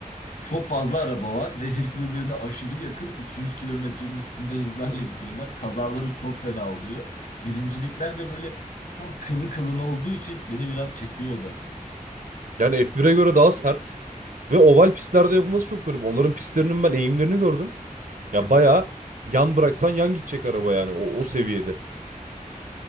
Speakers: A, on the left (about 70°); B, on the right (about 70°).
A: Çok fazla araba var ve hepsi birbirine aşırı yakın 200 kilometrenin üstünde hızlarla gidiyorlar. Kazaları çok fena oluyor. Birincilikler de böyle tam kılı kılına olduğu için beni biraz çekiyor o da.
B: Yani F1'e göre daha sert ve oval pistlerde yapılması çok garip. Onların pistlerinin ben eğimlerini gördüm. Ya
A: Evet.
B: bayağı yan bıraksan yan gidecek araba yani o, o seviyede.